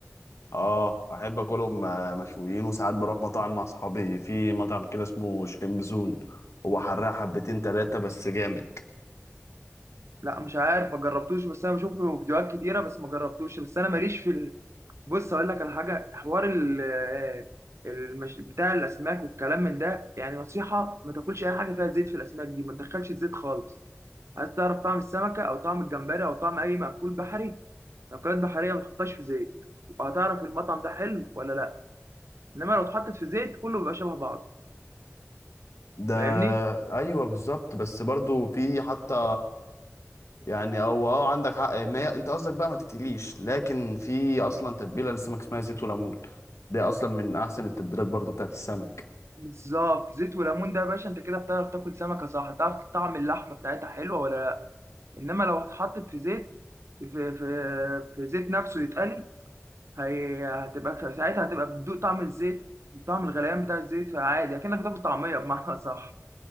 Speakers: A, on the left; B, on the right.
A: اه احب اكلهم آه، مشويين وساعات بروح مطاعم مع اصحابي في مطعم كده اسمه شريم بزون هو حراق حبتين تلاتة بس جامد
B: لا مش عارف ما جربتوش بس انا بشوف له فيديوهات كتيره بس ما جربتوش بس انا ماليش في بص اقول لك على حاجه حوار ال آه، المش... بتاع الاسماك والكلام من ده يعني نصيحه ما تاكلش اي حاجه فيها زيت في الاسماك دي ما تدخلش الزيت خالص عايز تعرف طعم السمكه او طعم الجمبري او طعم اي مأكول بحري مأكولات بحريه ما تحطهاش في زيت وهتعرف المطعم ده حلو ولا لا انما لو اتحطت في زيت كله بيبقى شبه بعضه
A: ده
B: فاهمني
A: ايوه بالظبط بس برضو في حتى يعني هو اه عندك حق ان هي انت قصدك بقى ما تتقليش لكن في اصلا تتبيله للسمك اسمها زيت وليمون ده اصلا من احسن التتبيلات برضو بتاعت السمك
B: بالظبط زيت وليمون ده يا باشا انت كده بتعرف تاكل سمكه صح تعرف طعم اللحمه بتاعتها حلوه ولا لا انما لو اتحطت في زيت في في في زيت نفسه يتقلي هي هتبقى في ساعتها هتبقى بتدوق طعم الزيت طعم الغليان بتاع الزيت فعادي اكنك بتاكل طعميه بمعنى صح